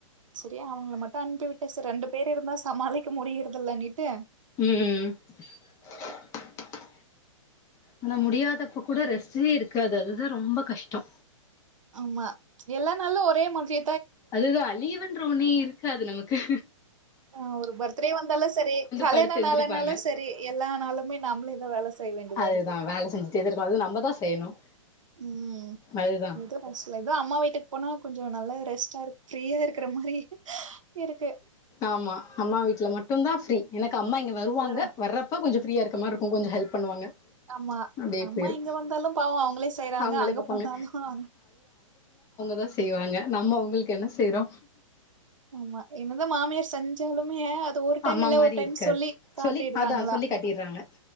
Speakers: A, on the right (about 70°); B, on the left (about 20°).
A: சரி அவங்கள மட்டு அனுப்பி விட்டே சரி ரெண்டு பேர் இருந்தா சமாளிக்க முடி <unintelligible> எண்ணிட்டு
B: உம் ஆனா முடியாதப்ப கூட ரெஸ்லியே இருக்காது அதுதா ரொம்ப கஷ்டோ
A: ஆமா எல்லா நாளு ஒரே மாத்ரி
B: அதுதா லீவுன்ற ஒன்னே இருக்காது நமக் கு
A: ஆஹ் ஒரு பர்த்டே வந்தாலு சரி கல்யாண
B: படுத்து எந்திரிப்பாங்க
A: நாளனாலு சரி எல்லா நாளுமே நாம்ளே தா வேல செய்ய வேண்டியதா
B: அதுதான்
A: இருக்கு
B: வேலை செஞ்சுட்டே தான் இருக்கும் அது நம்ம தான் செய்யணும்
A: உம்
B: அதுதான்
A: எதோ ஒரு சில இதா அம்மா வீட்டுக்கு போனா கொஞ் ச நல்லா ரெஸ்ட்டா இருக் ஃப்ரீயா இருக்கிற மாரி இருக்கு
B: ஆமா அம்மா வீட்டு்ல மட்டு தா ஃப்ரீ எனக்கு அம்மா இங்க வருவாங்க
A: ஒரு
B: வர்றப்ப கொஞ்ச ஃப்ரீயா இருக்க மாரி இருக்கு கொஞ்ச ஹெல்ப் பண்ணுவாங்க
A: ஆமா
B: அப்டியே
A: அம்மா
B: போயிரு
A: இங்க வந்தாலும் பாவம் அவங்களே செய்யறாங்க
B: அவங்களே
A: அங்க
B: பாப்பாங்க
A: போனாலு
B: தா செய்வாங்க நம்ம அவங்களுக்கு என்ன செய்றோ
A: ஆமா என்ன தா மாமியார் செஞ்சாலுமே ஒரு டைம்
B: அம்மா
A: இல்ல
B: மாரி
A: ஒரு டைம்
B: இருக்காது
A: சொல்லி காட்டிடுறாங்களா
B: சொல்லி அதா சொல்லி காட்டிறாங்க